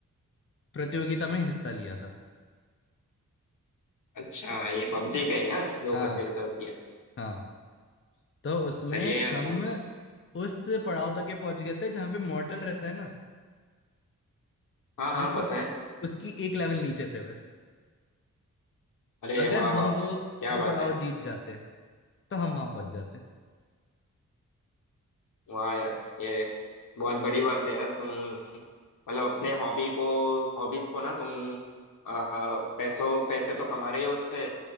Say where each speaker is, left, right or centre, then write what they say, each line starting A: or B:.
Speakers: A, on the left; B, on the left.
A: प्रतियोगिता में हिस्सा लिया था
B: अच्छा ये पबजी का ही ना जो
A: हाँ
B: प्रतियोगिता होती है
A: हाँ तो उसमें
B: सही है यार
A: हम
B: तुम
A: उस पड़ाव तक के पहुंच गए थे जहां पे मॉर्टल रहता है ना
B: हाँ हाँ
A: हम
B: पता
A: उस
B: है
A: उसकी एक लेवल नीचे थे बस
B: अरे
A: अगर
B: वाह
A: हम
B: वाह
A: वो
B: क्या
A: वो
B: बात
A: पड़ाव
B: है यार
A: जीत जाते तो हम वहां पहुंच जाते
B: वाह यार ये बहुत बड़ी बात है यार तुम मतलब अपने हॉबी को हॉबीज को ना तुम आ, पैसों पैसे तो कमा रहे हो उससे